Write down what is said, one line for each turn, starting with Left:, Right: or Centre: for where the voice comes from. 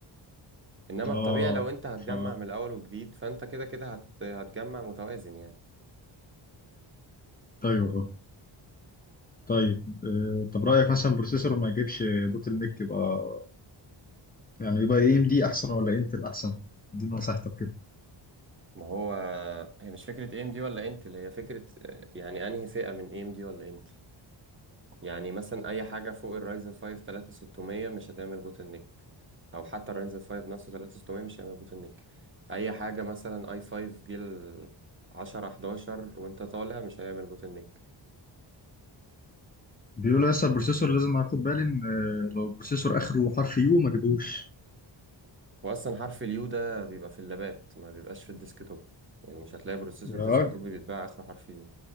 Right: إنما
Left: اه
Right: الطبيعي لو أنت هتجمع
Left: ف
Right: من الأول وجديد فأنت كده كده هت... هتجمع متوازن يعني
Left: ايوه فاهم. طيب آه، طب رايك مثلا بروسيسور ما يجيبش بوتل نيك يبقى يعني يبقى اي ام دي احسن ولا انتل احسن دي نصيحتك كده
Right: ما هو هي مش فكرة AMD ولا انتل هي فكرة آه، يعني أنهي فئة من AMD ولا انتل يعني مثلا اي حاجه فوق الرايزن 5 3600 مش هتعمل بوتل نيك او حتى الرايزن 5 نفسه 3600 مش هيعمل بوتل نيك اي حاجه مثلا اي 5 جيل 10 11 وانت طالع مش هيعمل بوتل نيك
Left: بيقولوا لسه البروسيسور لازم اخد بالي ان آه، لو البروسيسور اخره حرف يو ما جيبوش
Right: واصلا حرف اليو ده بيبقى في اللابات ما بيبقاش في الديسكتوب يعني مش هتلاقي بروسيسور
Left: يا
Right: ديسكتوب
Left: راجل
Right: بيتباع اخره حرف يو